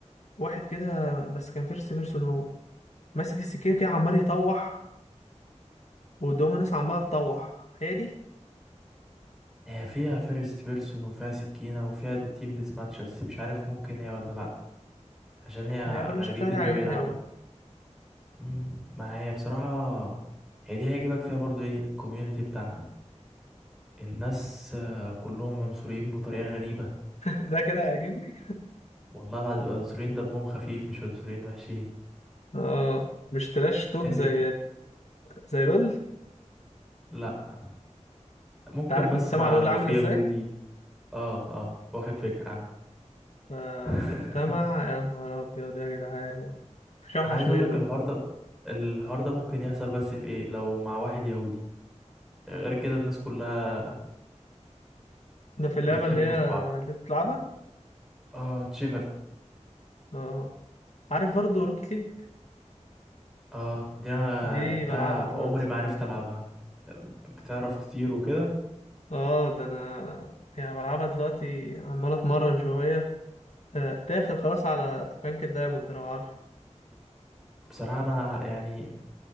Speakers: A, on the left; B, in the centre.
A: واحد كده بس كان فيرست بيرسون هو ماسك السكينة كده عمال يطوح وقدامه ناس عمالة تطوح هي دي
B: هي فيها فيرست بيرسون وفيها سكينة وفيها تيم ديس ماتش بس مش عارف ممكن هي ولا لأ عشان هي
A: اللعبة
B: غالبية
A: اللي أنا شفتها
B: اللي
A: دي عجبتني
B: بيلعب
A: أوي <laughs>
B: مم. ما هي بصراحة هي دي هيجيبك فيها برضو ايه الكوميونتي بتاعها الناس آه، كلهم عنصريين بطريقة غريبة
A: ده كده هيعجبني
B: والله العظيم عنصريين دمهم خفيف مش عنصريين وحشين
A: اه مش تراش توك
B: ال...
A: زي زي لول انت
B: لأ ممكن
A: عارف
B: بس
A: مجتمع
B: مع
A: لول
B: لو
A: عامل
B: في
A: ازاي
B: يهودي اه اه واخد فكرة عنه
A: آه،
B: <laughs>
A: مجتمع يا نهار أبيض يا جدعان مفيش أوحش
B: انا عايز اقول
A: منه
B: لك الحوار ده الحوار ده ممكن يحصل بس في ايه لو مع واحد يهودي غير كده الناس كلها
A: ده في اللعبة
B: بتحب
A: اللي هي
B: في بعض
A: اللي بتلعبها
B: اه تشيفل
A: اه عارف برضه روكيت ليج
B: اه دي انا
A: دي
B: لعبتها
A: بلعبها دلوقتي
B: عمري ما عرفت العبها بتعرف تطير وكده
A: اه ده أنا يعني بلعبها دلوقتي عمال أتمرن شوية آه، داخل خلاص على رانك الدايموند لو عارفه
B: بصراحة انا يعني